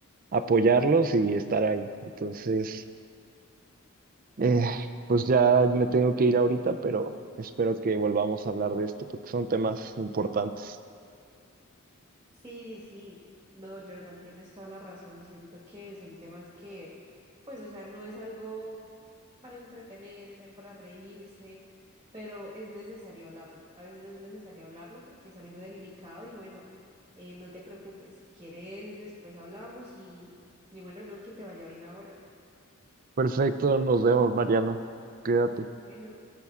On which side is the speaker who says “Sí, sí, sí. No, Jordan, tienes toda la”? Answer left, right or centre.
Right